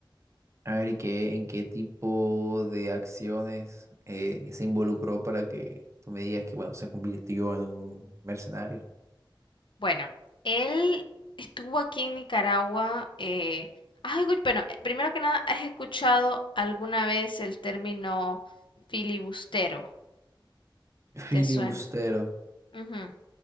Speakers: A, on the right (about 35°); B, on the left (about 70°).
A: A ver, ¿y qué, en qué tipo de acciones eh, se involucró para que tú me digas que, bueno, se convirtió en un mercenario?
B: Bueno, él estuvo aquí en Nicaragua. Eh, has escu- bueno, eh, primero que nada, ¿has escuchado alguna vez el término filibustero?
A: Filibustero.
B: ¿Te suena? Ujú.